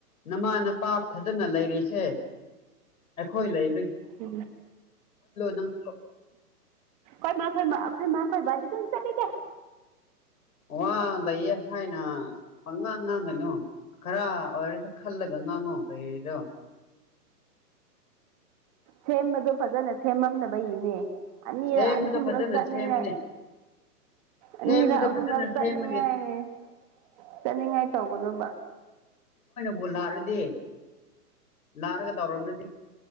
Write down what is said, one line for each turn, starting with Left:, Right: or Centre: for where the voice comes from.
Left: ꯅꯃꯥ ꯅꯄꯥ ꯐꯖꯅ ꯂꯩꯔꯤꯁꯦ ꯑꯩꯈꯣꯏ ꯂꯩ
Right: ꯎ
Left: ꯅꯪꯁꯨ
Right: ꯑꯩꯏ ꯃꯥ ꯈꯣꯏ ꯃꯥ ꯑꯩꯈꯣꯏ ꯃꯥꯈꯣꯏ ꯕꯥꯗꯤ ꯑꯗꯨꯝ ꯆꯠꯂꯤꯅꯦꯦ
Left: ꯋꯥ ꯂꯩꯌꯦ ꯍꯥꯏꯅ ꯄꯪꯉꯥꯡ ꯉꯥꯡꯒꯅꯨ ꯈꯔ ꯑꯣꯏꯔꯁꯨ ꯈꯜꯂꯒ ꯉꯥꯡꯉꯣ ꯀꯩꯔꯤꯗꯣ
Right: ꯁꯦꯝꯕꯗꯣ ꯐꯖꯅ ꯁꯦꯝꯃꯝꯅꯕ ꯏꯅꯦ ꯑꯅꯤꯔꯅꯤ
Left: ꯁꯦꯝꯕꯗꯣ
Right: ꯍꯨꯅ
Left: ꯐꯖꯅ
Right: ꯆꯅꯉꯥꯏ
Left: ꯁꯦꯝꯕꯅꯦ
Right: ꯑꯅꯤꯔꯛ
Left: ꯁꯦꯝꯕꯗꯣ
Right: ꯑꯍꯨꯝꯂꯛ
Left: ꯐꯖꯅ
Right: ꯆꯠꯅꯤꯡꯉꯥꯏ
Left: ꯁꯦꯝꯕꯒꯤ
Right: ꯆꯠꯅꯤꯡꯉꯥꯏ ꯇꯧꯒꯗꯕ
Left: ꯣꯂꯔꯗꯤ ꯅꯥꯔꯒ ꯇꯧꯔꯕꯅꯗꯤ